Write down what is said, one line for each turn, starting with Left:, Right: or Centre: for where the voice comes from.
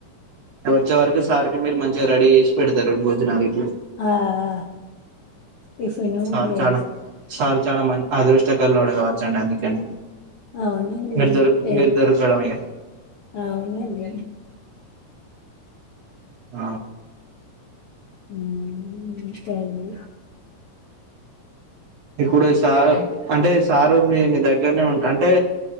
Right: వచ్చే వరకు సార్ కి మీరు మంచిగా రెడీ చేసి పెడతారు భోజనాలు
Left: ఆ ఆ టిఫిను
Right: సార్
Left: బొజ్
Right: చాలా సార్ చాలా మంచి అదృష్టకళోడు కావొచండి అందుకని
Left: అవునండి
Right: మీరు దొరక
Left: ఏ
Right: మీరు దొరకడం ఇగ
Left: అవునండి
Right: ఆ
Left: మ్మ్ అంతే అండీ
Right: ఇప్పుడు సారు అంటే సారూని నీ దగ్గరనే ఉంటా అంటే